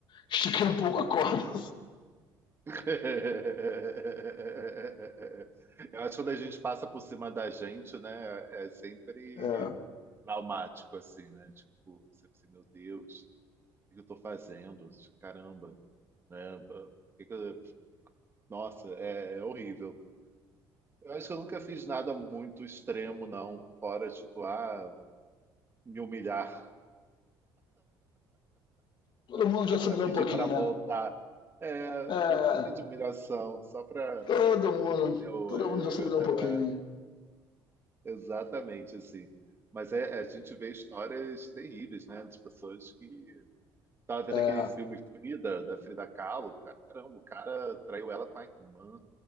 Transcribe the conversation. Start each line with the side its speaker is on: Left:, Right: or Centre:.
Left: estiquei um pouco a corda.
Right: <laughs> Eu acho que quando a gente passa por cima da gente, né, é sempre
Left: É,
Right: traumático, assim, né? Tipo, você pensa, meu Deus, o que eu tô fazendo? Caramba, né? O que que eu- Nossa, é, é horrível. Eu acho que eu nunca fiz nada muito extremo, não. Fora, tipo, ah, me humilhar,
Left: todo mundo
Right: <laughs>
Left: já assimilou
Right: a pedir
Left: um pouquinho,
Right: para
Left: né?
Right: voltar. É,
Left: É,
Right: só um pouquinho de humilhação, só para
Left: todo mundo,
Right: Eu,
Left: todo
Right: é,
Left: mundo já assimilou um pouquinho.
Right: é, exatamente assim. Mas é, é, a gente vê histórias terríveis, né? De pessoas que. Tava vendo
Left: É,
Right: aquele filme Frida, da Frida Kahlo. Caramba, o cara traiu ela com a irmã,